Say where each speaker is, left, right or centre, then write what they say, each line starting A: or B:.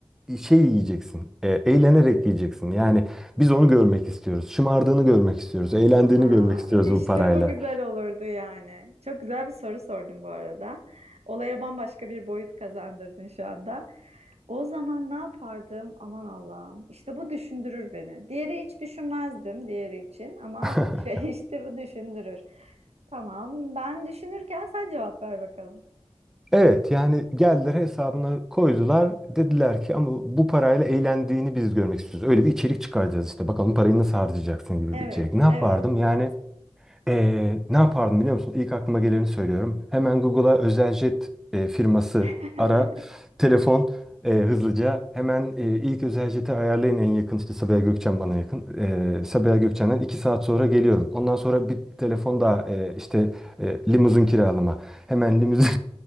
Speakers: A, in the centre; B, on the right.
A: şey yiyeceksin. e, eğlenerek yiyeceksin. Yani biz onu görmek istiyoruz. Şımardığını görmek istiyoruz. Eğlendiğini
B: Aa,
A: görmek istiyoruz
B: işte
A: bu parayla.
B: bu güzel olurdu yani. Çok güzel bir soru sordun bu arada. Olaya bambaşka bir boyut kazandırdın şu anda. O zaman ne yapardım? Aman Allah'ım. İşte bu düşündürür beni. Diğeri hiç düşünmezdim diğeri için ama
A: <laughs>
B: şey, <laughs> işte bu düşündürür. Tamam, ben düşünürken sen cevap ver bakalım.
A: Evet yani geldiler hesabına koydular. Dediler ki ama bu parayla eğlendiğini biz görmek istiyoruz. Öyle bir içerik çıkaracağız işte. Bakalım parayı nasıl harcayacaksın gibi
B: Evet,
A: bir içerik. Ne yapardım?
B: evet.
A: Yani Ee, ne yapardım biliyor musun? İlk aklıma geleni söylüyorum. Hemen Google'a özel jet e, firması
B: <laughs>
A: ara. Telefon e, hızlıca. Hemen e, ilk özel jeti ayarlayın en yakın. işte Sabiha Gökçen bana yakın. E, Sabiha Gökçen'den 2 saat sonra geliyorum. Ondan sonra bir telefon daha e, işte e, limuzin kiralama. Hemen limuzin.